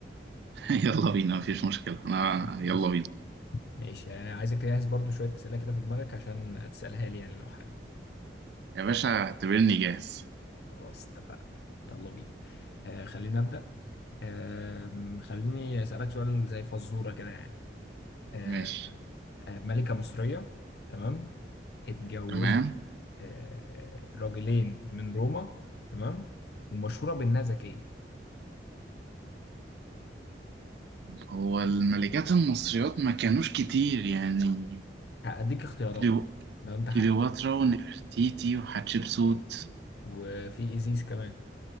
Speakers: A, on the right; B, on the left.
A: <laughs> يلا بينا مفيش مشكلة انا
B: <laughs>
A: يلا بينا
B: ماشي آه، عايزك تجهز برضو شوية أسئلة كده في دماغك عشان تسألها لي يعني لو حابب
A: يا باشا اعتبرني جاهز
B: خلاص اتفقنا يلا بينا آه خلينا أبدأ آه خليني أسألك سؤال زي فزورة كده يعني آه
A: ماشي
B: آه، ملكة مصرية تمام اتجوزت
A: تمام
B: آه راجلين من روما تمام ومشهورة بإنها ذكية
A: هو الملكات المصريات ما كانوش كتير يعني
B: هأديك اختيارات
A: كليو...
B: لو أنت حابب
A: كليوباترا ونفرتيتي وحتشبسوت
B: وفي إيزيس كمان